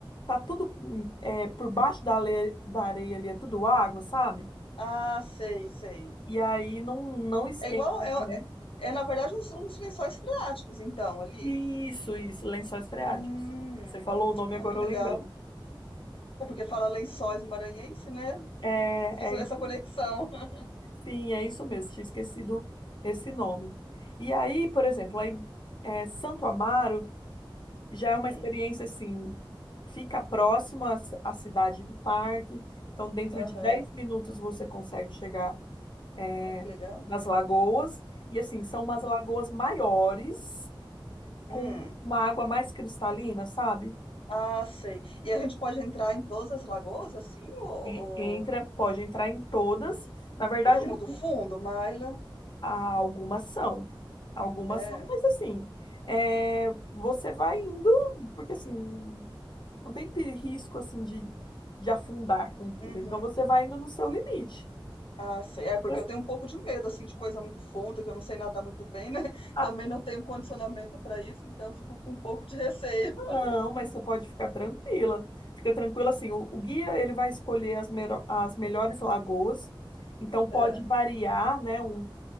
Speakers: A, on the left; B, on the left.
A: Tá tudo hum, é, por baixo da, ale- da areia ali, é tudo água, sabe?
B: ah, sei, sei.
A: E aí não, não esquenta,
B: É igual, é,
A: né?
B: é na verdade uns, uns lençóis freáticos, então, ali.
A: Isso, isso, lençóis freáticos.
B: Hum,
A: Você falou o nome, agora
B: ai, que
A: eu lembrei.
B: legal. É porque fala lençóis maranhense, né?
A: É,
B: Fiz
A: é
B: essa
A: isso,
B: conexão. <laughs>
A: sim, é isso mesmo, tinha esquecido esse nome. E aí, por exemplo, aí, é, Santo Amaro já é
B: Hum,
A: uma experiência assim, fica próximo à, ci- à cidade do parque, então dentro
B: aham,
A: de 10 minutos você consegue chegar, é,
B: ai, que legal.
A: nas lagoas, e assim, são
B: Uhum,
A: umas lagoas maiores, com
B: hum,
A: uma água mais cristalina, sabe?
B: ah, sei. E a gente pode entrar em todas as lagoas, assim, ou,
A: E entra,
B: ou-
A: pode entrar em todas. Na verdade,
B: não é muito
A: algu-
B: fundo, Maila?
A: há algumas são. Algumas
B: É,
A: são, mas assim, é, você vai indo, porque assim, não tem pe- risco assim de, de afundar com tudo.
B: uhum.
A: Então você vai indo no seu limite.
B: Ah, sei. É, porque
A: Mas-
B: eu tenho um pouco de medo, assim, de coisa muito funda, que eu não sei nadar muito bem, né? <laughs>
A: ah,
B: Também não tenho condicionamento para isso, então eu fico com um pouco de receio. <laughs>
A: não, mas você pode ficar tranquila. Fica tranquila assim, o, o guia ele vai escolher as, mero- as melhores lagoas. Então pode
B: É.
A: variar, né? um,